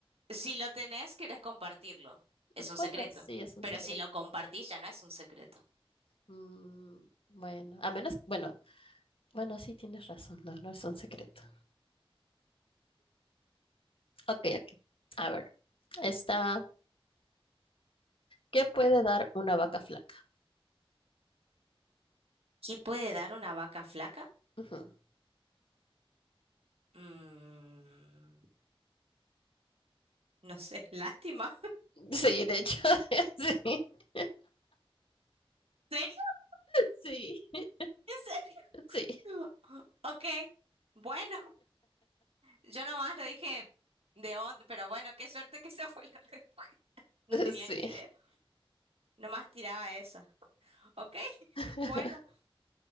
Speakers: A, on the right (about 85°); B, on the left (about 65°).
A: si lo tenés, querés compartirlo. Es
B: es-
A: un
B: bueno,
A: secreto.
B: sí, es un
A: Pero
B: secreto.
A: si lo compartís, ya no es un secreto.
B: Mm, bueno, a menos, bueno, bueno, sí tienes razón, no, no es un secreto. Ok, ok. A ver, está, ¿qué puede dar una vaca flaca?
A: ¿Qué puede dar una vaca flaca?
B: Ujú.
A: Mm, no sé, lástima.
B: <laughs> Sí, de hecho, <laughs>
A: <laughs> ¿En serio?
B: sí, sí,
A: ¿En
B: sí,
A: serio? <laughs> Ok, bueno. Yo nomás lo dije de onda, pero bueno, qué suerte que esa fue la <laughs> respuesta. No tenía
B: sí.
A: ni idea. Nomás tiraba esa. Ok,
B: <laughs>
A: bueno,